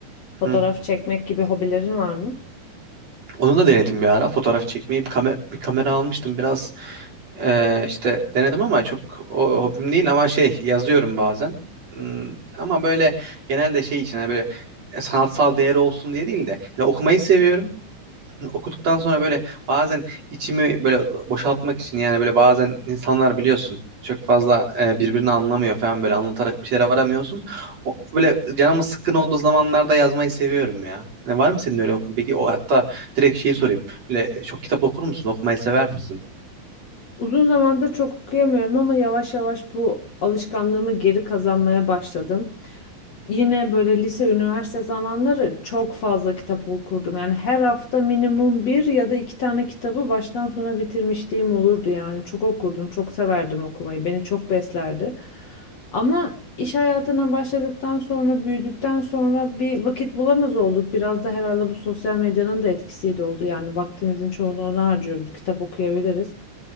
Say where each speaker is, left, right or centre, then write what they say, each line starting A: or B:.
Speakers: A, on the right (about 45°); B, on the left (about 50°).
A: hı.
B: fotoğraf çekmek gibi hobilerin var mı?
A: Onu da denedim bir ara. Fotoğraf çekmeyi bir, kame- bir kamera almıştım. Biraz e, işte denedim ama çok o, hobim değil ama şey yazıyorum bazen. Hmm, ama böyle genelde şey için hani böyle e, sanatsal değeri olsun diye değil de hani okumayı seviyorum. okuduktan sonra böyle bazen içimi böyle boşaltmak için yani böyle bazen insanlar biliyorsun çok fazla e, birbirini anlamıyor falan böyle anlatarak bir şeylere varamıyorsun. O, böyle canımın sıkkın olduğu zamanlarda yazmayı seviyorum ya. Hani var mı senin öyle hobin? Peki o hatta direkt şeyi sorayım. Böyle çok kitap okur musun? Okumayı sever misin?
B: Uzun zamandır çok okuyamıyorum ama yavaş yavaş bu alışkanlığımı geri kazanmaya başladım. yine böyle lise, üniversite zamanları çok fazla kitap okurdum. Yani her hafta minimum bir ya da iki tane kitabı baştan sona bitirmişliğim olurdu yani. Çok okurdum, çok severdim okumayı. Beni çok beslerdi. Ama iş hayatına başladıktan sonra, büyüdükten sonra bir vakit bulamaz olduk. Biraz da herhalde bu sosyal medyanın da etkisiyle oldu. Yani vaktimizin çoğunu ona harcıyoruz. Kitap okuyabiliriz.